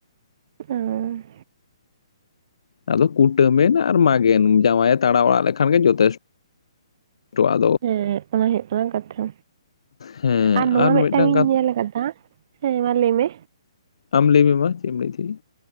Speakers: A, on the right (about 45°); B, on the left (about 70°).
A: ᱚᱸ
B: ᱟᱫᱚ ᱠᱩᱴᱟᱹᱢᱮᱱ ᱟᱨ ᱢᱟᱜᱮᱱ ᱡᱟᱶᱟᱭᱮ ᱛᱟᱲᱟ ᱚᱲᱟᱜ ᱞᱮᱠᱷᱟᱱ ᱜᱮ ᱡᱚᱛᱮᱥᱴᱚ ᱟᱫᱚ,
A: ᱦᱮᱸ ᱚᱱᱟ ᱦᱩᱭᱩᱜ ᱠᱟᱱᱟ ᱠᱟᱛᱷᱟ᱾
B: ᱦᱮᱸ
A: ᱟᱨ ᱱᱚᱣᱟ ᱢᱤᱫ
B: ᱢᱤᱫᱴᱟᱝ
A: ᱴᱟᱝ
B: ᱠᱟᱛᱷᱟ
A: ᱤᱧ ᱧᱮᱞ ᱟᱠᱟᱫᱟ ᱦᱮᱸ ᱢᱟ ᱞᱟᱹᱭ ᱢᱮ᱾
B: ᱟᱢ ᱞᱟᱹᱭ ᱢᱮ ᱢᱟ ᱪᱮ ᱮᱢ ᱞᱟᱹᱭᱮ ᱛᱟᱸᱦᱮ᱾